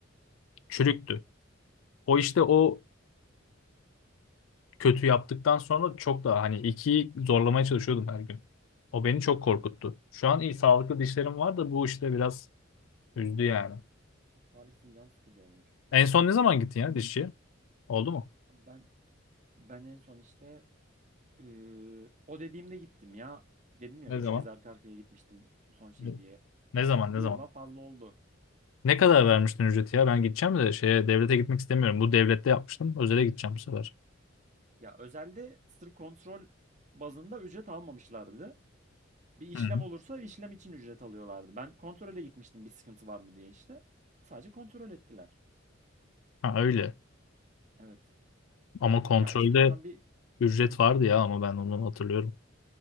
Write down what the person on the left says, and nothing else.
çürüktü. O işte o kötü yaptıktan sonra çok daha hani ikiyi zorlamaya çalışıyordum her gün. O beni çok korkuttu. Şu an iyi sağlıklı dişlerim var da bu işte biraz üzdü yani.
En son ne zaman gittin ya dişçiye? Oldu mu?
Ne
zaman?
Ne
ne zaman
ne zaman?
Ne kadar vermiştin ücreti ya? Ben gideceğim de şeye devlete gitmek istemiyorum. Bu devlette yapmıştım. Özele gideceğim bu sefer.
Hı hı.
Ha öyle.
Ama kontrolde
ücret vardı ya ama ben onu hatırlıyorum.